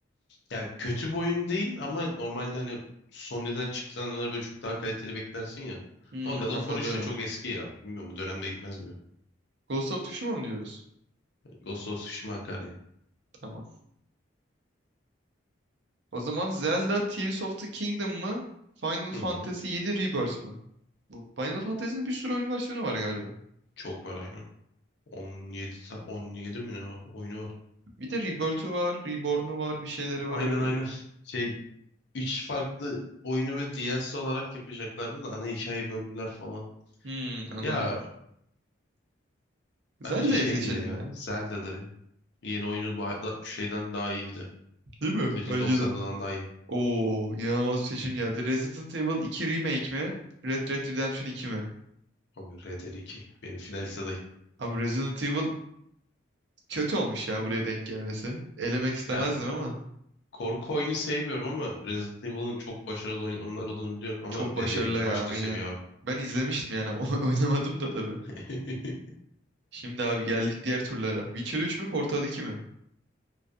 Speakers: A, on the left; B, on the right.
A: Yani kötü bir oyun değil ama normalde hani Sony'den çıkanları böyle çok daha kaliteli beklersin ya.
B: Hmm,
A: Ama God of
B: anladım.
A: War 3 de çok eski ya. Bilmiyorum bu dönemde gitmez gibi.
B: Ghost of Tsushima mı diyoruz?
A: Ghost of Tsushima akar ya.
B: Tamam. O zaman Zelda Tears of the Kingdom mı? Final Fantasy
A: Hı hı.
B: yedi, Rebirth mı? Bu Final Fantasy'nin bir sürü oyun versiyonu var galiba.
A: Çok var aynen. 17, ta- 17 mi ne var? Oyunu var.
B: Bir de Rebirth'ü var, Reborn'u var, bir şeyleri var
A: Aynen
B: öyle.
A: aynen. Şey 3 farklı oyunu ve DLC olarak yapacaklardı da ana hikayeyi böldüler falan.
B: Hmm, anladım.
A: Ya bence
B: Zelda'yı
A: şeydir
B: seçelim
A: ya.
B: ya.
A: Zelda'dır ya. Yeni oyunu ba- da- şeyden daha iyiydi.
B: Değil mi?
A: Legend
B: Bence
A: of Zelda'dan
B: de.
A: daha iyi.
B: Oo, inanılmaz bir seçim geldi. Resident Evil iki Remake mi? Red Dead Redemption iki mi?
A: Abi RDR2. Benim finalist adayım.
B: Abi Resident Evil kötü olmuş ya buraya denk gelmesi. Elemek istemezdim
A: Ya
B: ama.
A: Korku oyunu sevmiyorum ama Resident Evil'ın çok başarılı oyun onlar olduğunu biliyorum ama
B: Çok
A: Red
B: başarılı
A: Dead 2
B: ya
A: başka
B: aynen.
A: seviye abi.
B: Ben izlemiştim yani <laughs> o- oynamadım da tabii.
A: <laughs>
B: Şimdi abi geldik diğer turlara. Witcher üç mü Portal 2 mi?